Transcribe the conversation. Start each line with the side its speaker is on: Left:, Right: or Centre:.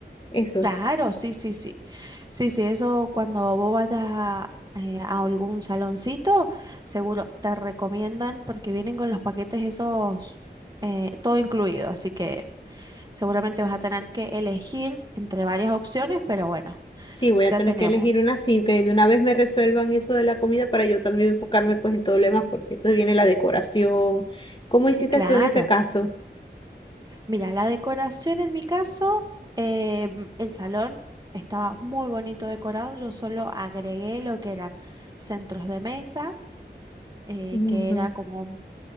Left: eso.
Right: Claro, sí, sí, sí. Sí, sí, eso cuando vos vayas a, eh, a algún saloncito, seguro te recomiendan porque vienen con los paquetes esos, eh, todo incluido, así que... Seguramente vas a tener que elegir entre varias opciones, pero bueno,
Left: Sí, voy a
Right: ya
Left: tener
Right: tenemos.
Left: que elegir una así, que de una vez me resuelvan eso de la comida para yo también enfocarme pues en todo lo demás, porque entonces viene la decoración. ¿Cómo hiciste
Right: Claro,
Left: tú en ese caso?
Right: mira, la decoración en mi caso, eh, el salón estaba muy bonito decorado. Yo solo agregué lo que eran centros de mesa, eh,
Left: Ujú.
Right: que era como,